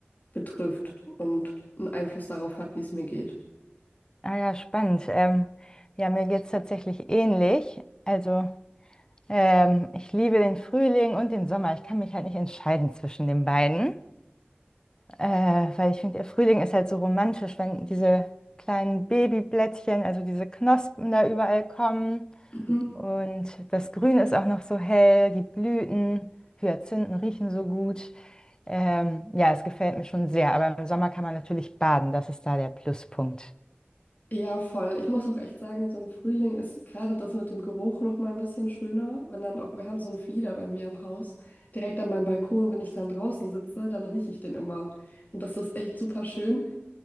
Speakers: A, on the left; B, on the left.
A: betrifft und einen Einfluss darauf hat, wie es mir geht.
B: Ah ja, spannend. Ähm, ja, mir geht es tatsächlich ähnlich. Also ähm, ich liebe den Frühling und den Sommer. Ich kann mich halt nicht entscheiden zwischen den beiden, äh, weil ich finde, der Frühling ist halt so romantisch, wenn diese kleinen Babyblättchen, also diese Knospen da überall kommen.
A: Mhm.
B: Und das Grün ist auch noch so hell, die Blüten, Hyazinthen riechen so gut. Ähm, ja, es gefällt mir schon sehr, aber im Sommer kann man natürlich baden, das ist da der Pluspunkt.
A: Ja, voll. Ich muss auch echt sagen, so im Frühling ist gerade das mit dem Geruch noch mal ein bisschen schöner, wenn dann auch, wir haben so einen Flieder bei mir im Haus, direkt an meinem Balkon, wenn ich dann draußen sitze, dann rieche ich den immer. Und das ist echt super schön.